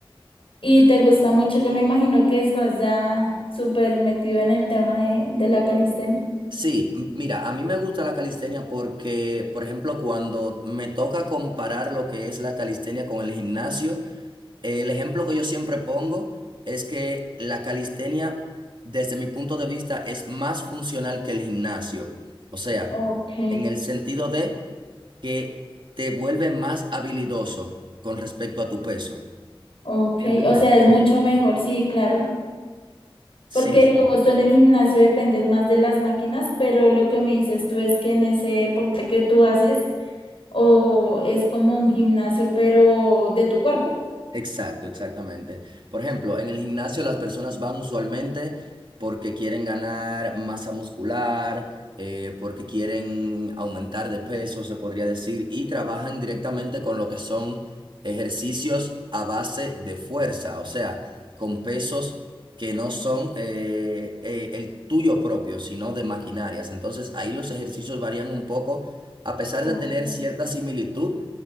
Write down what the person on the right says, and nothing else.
Sí, m- mira, a mí me gusta la calistenia porque, por ejemplo, cuando me toca comparar lo que es la calistenia con el gimnasio, el ejemplo que yo siempre pongo es que la calistenia, desde mi punto de vista, es más funcional que el gimnasio. O sea,
en el sentido de que te vuelve más habilidoso con respecto a tu peso.
¿Me entiendes?
Sí,
sí.
Exacto, exactamente. Por ejemplo, en el gimnasio las personas van usualmente porque quieren ganar masa muscular, eh, porque quieren aumentar de peso, se podría decir, y trabajan directamente con lo que son ejercicios a base de fuerza, o sea, con pesos que no son eh, eh, el tuyo propio, sino de maquinarias. Entonces ahí los ejercicios varían un poco, a pesar
de tener cierta similitud.